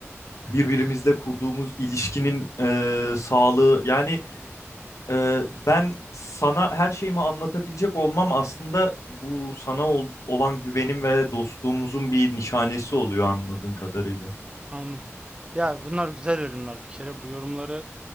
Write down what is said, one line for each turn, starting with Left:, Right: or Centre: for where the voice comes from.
Left: birbirimizle kurduğumuz ilişkinin e, sağlığı. Yani e, ben sana her şeyimi anlatabilecek olmam aslında bu sana ol- olan güvenim ve dostluğumuzun bir nişanesi oluyor anladığın kadarıyla.
Right: Anladım. Ya bunlar güzel yorumlar bir kere. Bu yorumları